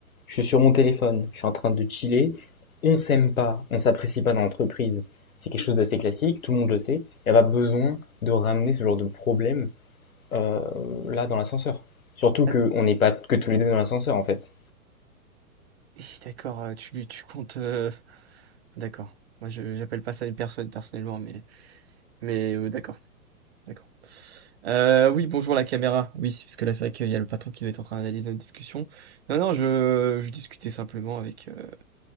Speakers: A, on the left; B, on the right.
A: Je suis sur mon téléphone, je suis en train de chiller. On s'aime pas, on s'apprécie pas dans l'entreprise. C'est quelque chose d'assez classique, tout le monde le sait. Il n'y a pas besoin de ramener ce genre de problème euh, là dans l'ascenseur. Surtout qu'on
B: Ah,
A: n'est pas que tous les deux dans l'ascenseur en fait.
B: hi, d'accord, euh, tu, tu comptes. euh, D'accord. Moi, je j'appelle pas ça une personne personnellement, mais mais euh, d'accord, d'accord. Euh, oui, bonjour la caméra. Oui, parce que là, c'est vrai qu'il y a le patron qui doit être en train d'analyser notre discussion. Non, non, je, je discutais simplement avec, euh,